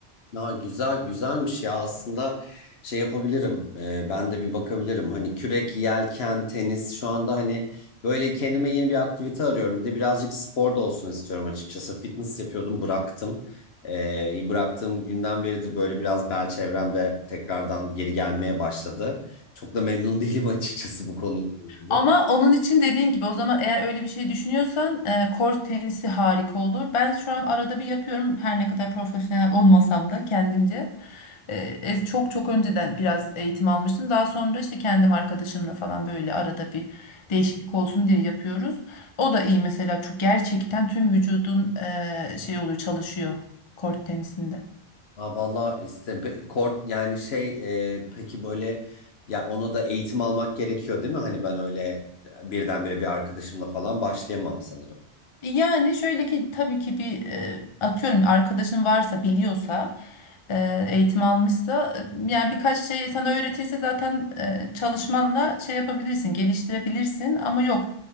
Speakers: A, on the left; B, on the left.
A: Ya güzel güzelmiş ya aslında şey yapabilirim Ee, ben de bir bakabilirim hani kürek yelken tenis şu anda hani böyle kendime yeni bir aktivite arıyorum bir de birazcık spor da olsun istiyorum açıkçası fitness yapıyordum bıraktım Ee, bıraktığım günden beridir böyle biraz bel çevremde tekrardan geri gelmeye başladı çok da memnun <laughs> değilim açıkçası bu konuyla ilgili.
B: Ama onun için dediğin gibi o zaman eğer öyle bir şey düşünüyorsan e, kort tenisi harika olur. Ben şu an arada bir yapıyorum her ne kadar profesyonel olmasam da kendimce. E, e, çok çok önceden biraz eğitim almıştım. Daha sonra işte kendim arkadaşımla falan böyle arada bir değişiklik olsun diye yapıyoruz. O da iyi mesela çok gerçekten tüm vücudun e, şey oluyor çalışıyor kort tenisinde.
A: Aa, vallahi istem pe- kort yani şey e, peki böyle ya ona da eğitim almak gerekiyor değil mi? Hani ben öyle birdenbire bir arkadaşımla falan başlayamam sanırım.
B: Yani şöyle ki tabii ki bir e, atıyorum arkadaşın varsa biliyorsa e, eğitim almışsa e, yani birkaç şey sana öğretirse zaten e, çalışmanla şey yapabilirsin geliştirebilirsin ama yok